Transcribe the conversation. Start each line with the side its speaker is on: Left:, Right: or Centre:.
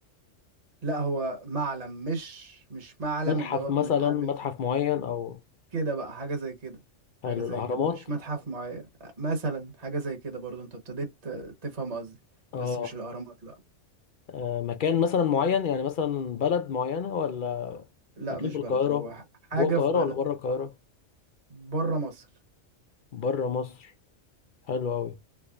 Right: لا هو معلم مش مش معلم
Left: متحف
Right: اللي هو
Left: مثلا
Right: بنتعلم
Left: متحف
Right: فيه
Left: معين أو
Right: كده بقى حاجة زي كده حاجة
Left: حلو
Right: زي
Left: الأهرامات
Right: كده مش متحف معين مثلا حاجة زي كده برضو انت ابتديت تفهم قصدي
Left: اه
Right: بس مش الأهرامات لا
Left: آه، مكان مثلا معين يعني مثلا بلد معينة ولا
Right: لا
Left: مكان
Right: مش
Left: في
Right: بلد
Left: القاهرة
Right: هو حاجة
Left: جوه القاهرة
Right: في بلد
Left: ولا بره القاهرة
Right: بره مصر
Left: بره مصر حلو أوي